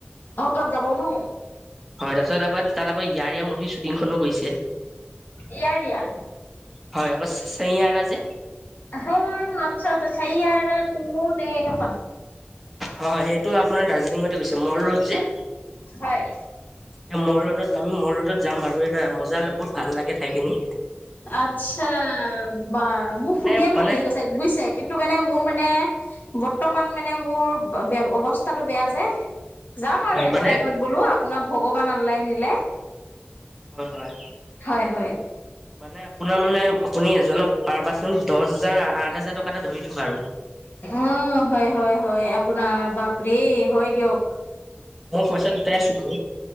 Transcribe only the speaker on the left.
অ তাত যাবনো
ইয়াৰিয়া
হ মছ ত চেইয়া তুমো নেখন
হয়
আচ্ছা বা মোক
শুনিয়ে
ভাল লাগিছে বুজিছে কিন্তু মানে মোৰ মানে বৰ্তমান মানে মোৰ অৱস্থাটো বেয়া যে যাম আৰু
এটা
টাইমত বোলো আপোনাৰ ভগৱান আনলাই নিলে
হয় হয়
অ হয় হয় হয় আপোনাৰ বাপৰে হয় দিয়ক